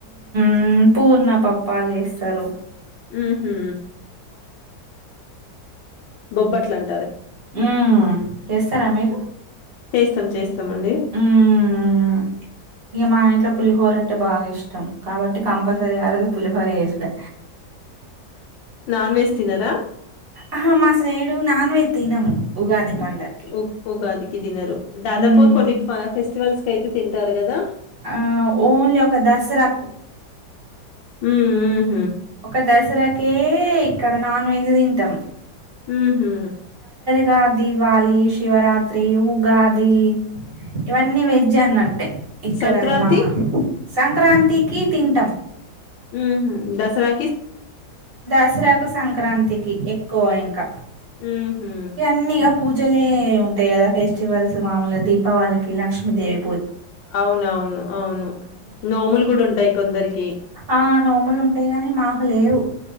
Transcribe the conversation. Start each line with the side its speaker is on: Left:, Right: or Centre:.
Right: ఊ పూర్ణపప్పాలు వేస్తారు
Left: ఊహూ బొబ్బట్ల అం
Right: ఉ చేస్తారా మీరు
Left: సం చేస్ స్తమండి
Right: మ్మ్ ఇగ మా ఇంట్లో పులిహోర అంటే బాగ్ ఇష్టం కాబట్టి కంపల్సరీ ఆ రోజు పులిహోర చేసుడే
Left: నాన్ వెజ్ తినరా?
Right: ఆహా మాసైడు నాన్ వెజ్ తీనము ఉగాది పండక్కి
Left: ఉ ఉగాదికి తినరు దాదాపు
Right: ఉమ్
Left: కొన్ని ఫ ఫెస్టివల్స్ కైతే తింటారు కదా
Right: ఆ ఓన్లీ ఒక దసరా
Left: హ్మ్ మ్మ్
Right: ఒక దసరా ఓకే ఇక్కడ నాన్ వెజ్ తింటం
Left: ఊహూ
Right: గా దివాళి, శివరాత్రి, ఉగాది ఇవన్నీ వెజ్ అన్నట్టే ఇక్కడ
Left: సంక్రాంతి
Right: ఏమా సంక్రాంతికి తింటాం
Left: హ్మ్ దసరా
Right: దసరా కు సంక్రాంతికి ఎ కోయింగ్
Left: ఉహూ
Right: ఎన్నిగా పూజ పూజలే ఉంటాయి కదా ఫెస్టివల్స్ మామూలుగా దీపావళికి లక్ష్మీదేవి
Left: అవునవును అవును నోములు కూడా ఉంటాయి కొందరికి
Right: ఆ నోములు ఉంటాయి గాని మాకు లేవు